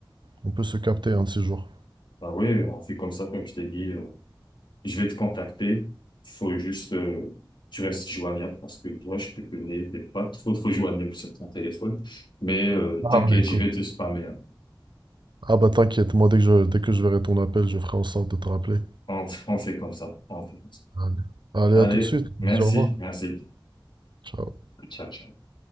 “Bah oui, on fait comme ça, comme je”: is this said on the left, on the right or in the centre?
Left